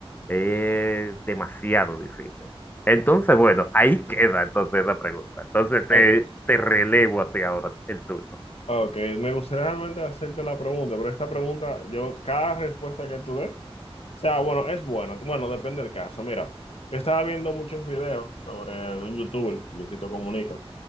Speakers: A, on the left; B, on the left.
A: Es demasiado difícil. Entonces, bueno, ahí queda entonces la pregunta. Entonces
B: Ok,
A: te, te relevo a ti ahora el turno.
B: ok. Me gustaría realmente hacerte la pregunta, pero esta pregunta, yo, cada respuesta que tú des, o sea, bueno, es buena. Bueno, depende del caso. Mira, yo estaba viendo muchos videos sobre de un youtuber, Luisito Comunica,